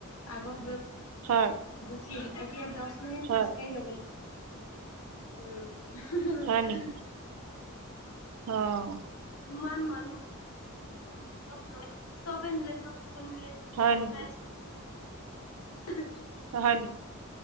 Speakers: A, on the left (about 85°); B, on the right (about 80°).
A: আগত লৈ
B: হয়।
A: গুচি এতিয়া দশ মিনিট
B: হয়
A: খোজকাঢ়ি যাব লাগিব। উম <unintelligible>
B: হয় নেকি অঁ
A: ইমান মান <unintelligible> <unintelligible> ম'বাইল
B: হয় নেকি
A: চাই আছ <unintelligible>
B: হয় নি।